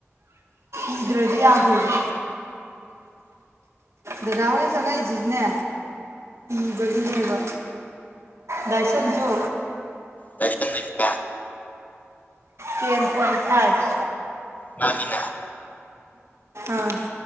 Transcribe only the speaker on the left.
ꯂꯥꯏꯁꯟꯅ ꯀꯌꯥ
ꯃꯥꯒꯤꯅ